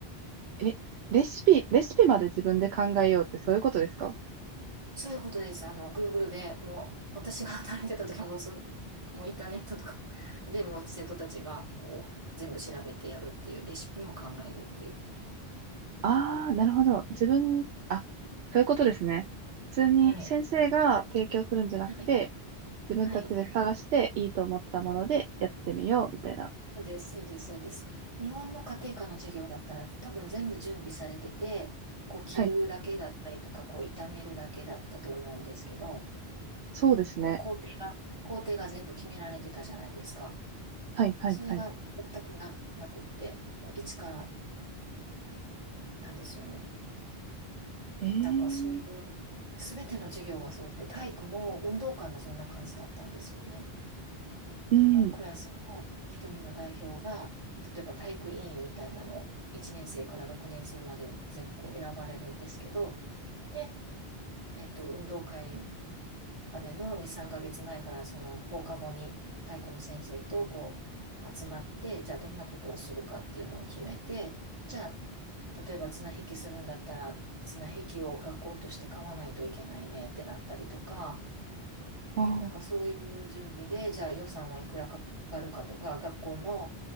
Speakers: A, on the right (about 80°); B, on the right (about 30°).
A: え、レシピ、レシピまで自分で考えようってそういうことですか
B: そういうことです。あの、Google でもう、私が働いてた時はもうそ、もうインターネットとかでもう生徒たちがこう、全部調べてやるっていう、レシピも考えるっていう。
A: ああー、なるほど。自分、あ、そういうことですね。普通に先生が提供するんじゃなくて、
B: はい。はい。
A: 自分たちで探していいと思ったものでやってみよう、
B: はい。
A: みたいな。
B: そうです、そうです、そうです。日本の家庭科の授業だったら多分全部準備されてて、こう着るだけだったりとか、
A: はい。
B: こう炒めるだけだったと思うんですけど、
A: そうですね。
B: こう工程が、工程が全部決められてたじゃないですか。
A: はい、はい、
B: それが全くな、
A: はい。
B: なくって、もう一からなんですよね。
A: ええ、
B: なんかそういう、すべての授業がそうで、体育も運動会もそんな感じだったんですよね。
A: うん。
B: あの、クラスの一人の代表が、例えば体育委員みたいなのを1年生から6年生まで全校選ばれるんですけど、で、えっと、運動会までの2、3ヶ月前からその放課後に体育の先生とこう集まって、じゃあどんなことをするかっていうのを決めて、じゃあ例えば綱引きするんだったら綱引きを学校として買わないといけないねってなったりとか、
A: ああ。
B: なんかそういう準備で、じゃあ予算はいくらかかるかとか、学校の、